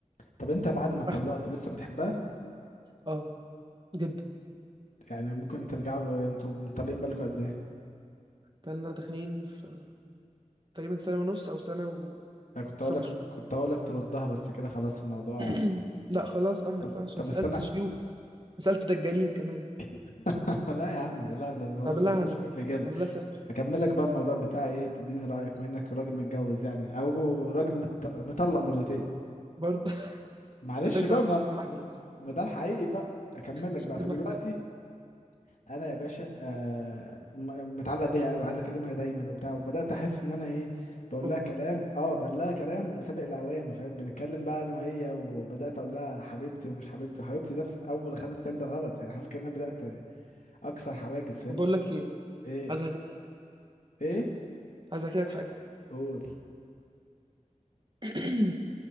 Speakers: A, on the left; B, on the right.
A: طب انت بعد ما اتطلقتوا
B: واحد.
A: لسه بتحبها
B: اه جدا
A: يعني ممكن ترجعوا انتوا مطلقين بالكم قد ايه
B: فاحنا داخلين في تقريبا سنة ونص أو سنة
A: انا كنت
B: وخمس
A: هقول لك
B: شهور
A: كنت هقول لك تردها بس كده خلاص الموضوع
B: <clears throat> لا خلاص أه ما
A: طب
B: ينفعش
A: طب
B: أنا سألت
A: استنى
B: شيوخ أنا سألت دجالين كمان
A: <laughs> لا يا عم لا الموضوع
B: أعمل
A: ما بيوصلش
B: لها عمل
A: بيك لكده
B: أعمل لها سحر
A: اكمل لك بقى الموضوع بتاعي ايه تديني رايك بما انك راجل متجوز يعني او راجل مت... مطلق مرتين
B: برضه <laughs>
A: معلش
B: على فكرة
A: بقى
B: أنا
A: ما
B: شاكر معاك تاني
A: ما ده الحقيقي بقى اكمل لك
B: شاكر
A: بقى فدلوقتي
B: معاك تاني
A: انا يا باشا آه م- متعلق بيها قوي وعايز اكلمها دايما وبتاع وبدات احس ان انا ايه بقول
B: أوبا
A: لها كلام اه بقول لها كلام سابق الاوان فاهم بنتكلم بقى انا وهي وبدات اقول لها حبيبتي ومش حبيبتي وحبيبتي ده في اول خمس ايام ده غلط يعني حاسس كأن انا بدات اكسر حواجز فاهمني
B: طب بقول لك إيه
A: ايه
B: عايز أحكي لك حاجة
A: ايه
B: عايز أحكي لك حاجة
A: قول
B: <clears throat>